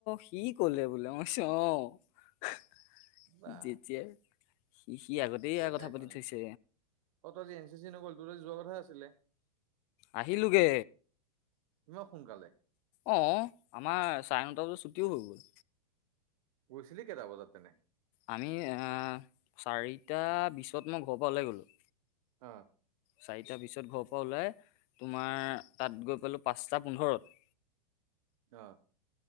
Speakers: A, on the left; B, on the right.
A: সি ক'লে বোলে। মই কৈছো অ। <unintelligible>
B: বা
A: যেতিয়া সি সি আগতে এইয়া
B: বেলেগ
A: কথা পাতি
B: মানে
A: থৈছে।
B: অ তই আজি এ চি চি নগ'ল, তোৰ আজি যোৱা কথা আছিলে।
A: আহিলোগে।
B: মই সোনকালে?
A: অ, আমাৰ চাৰে নটা বজাত ছুটিও হৈ গ'ল।
B: গৈছিলি কেইটা বজাত তেনে?
A: আমি আ চাৰিটা বিছত মই ঘৰৰ পৰা ওলাই গ'লোঁ।
B: অ।
A: চাৰিটা বিছত ঘৰৰ পৰা ওলাই তোমাৰ তাত গৈ পালোঁ পাঁচটা পোন্ধৰত।
B: অ।